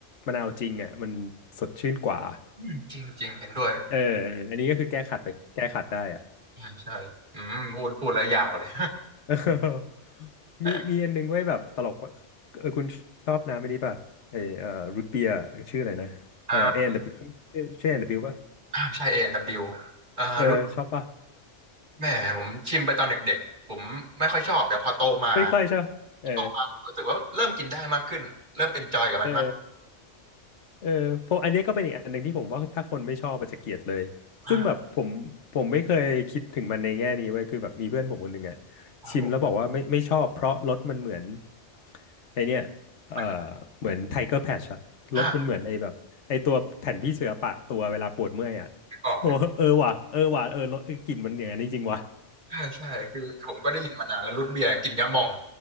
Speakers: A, on the left; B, on the right.
A: มะนาวจริงอ่ะมันสดชื่นกว่า
B: อืมจริงจริงเห็นด้วย
A: เอออันนี้ก็คือแก้ขัดไปแก้ขัดได้อ่ะ
B: ใช่ใช่อืมพูดพูดแล้วอยากเลย
A: <laughs> เออ
B: <laughs>
A: มีมีอันนึงไว้ยแบบตลกว่าเออคุณชอบน้ำไม่ดีป่ะไอเอ่อรูทเบียร์ชื่ออะไรนะเออเอ็นดับ
B: อ่า
A: ชื่อเอ็นดับป่ะ
B: อ่าใช่เองดับบิวอ่ารู้
A: เออชอบป่ะ
B: แหมผมชิมไปตอนเด็กๆผมไม่ค่อยชอบแต่พอโตมา
A: ไม่ค่อยชอบเออ
B: โตมารู้สึกว่าเริ่มกินได้มากขึ้นเริ่มเอนจอยกับมันมาก
A: เออ เออเพราะอันเนี้ยก็เป็นอีกอันหนึ่งที่ผมว่าถ้าคนไม่ชอบอาจจะเกลียดเลย
B: อ่า
A: ซึ่งแบบผมผมไม่เคยคิดถึงมันในแง่นี้เว้ยคือแบบมีเพื่อนผมคนหนึ่งอะ
B: ครับผม
A: ชิมแล้วบอกว่าไม่ไม่ชอบเพราะรสมันเหมือนไอเนี้ย
B: เหมือน
A: เออเหมือนไทเกอร์แพชอะรสมันเหมือนไอแบบไอตัวแผ่นพี่เสือปะตัวเวลาปวดเมื่อยอะ
B: อ่าไม่อกเนี่ย
A: โอ้ <laughs> เออว่ะเออว่ะเออรสเออกลิ่นมันอย่างนั้นจริงๆว่ะ
B: ใช่ใช่คือผมก็ได้ยินมานานแล้วรูทเบียร์กินยาหม่อง